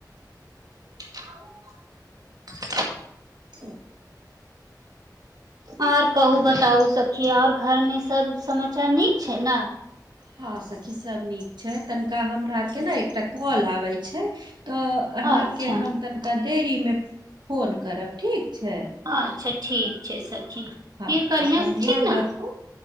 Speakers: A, on the right (about 60°); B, on the right (about 80°).
A: <inaudible>
B: त।
A: ओर कहू बताबू सभची ओर घरमे सभ समाचार निक छै ने।
B: हँ, सखी सभ निक छै, तनिका हमरा आरके ने एकटा। कॉल आबे छै, तऽ अहाके
A: अच्छा
B: हम तन तऽ बेरीमे फोन करब ठीक छै।
A: अच्छा, ठीक छै, सखि फिर
B: हँ
A: करिया
B: अपन ध्यान
A: ठीक ने
B: राखू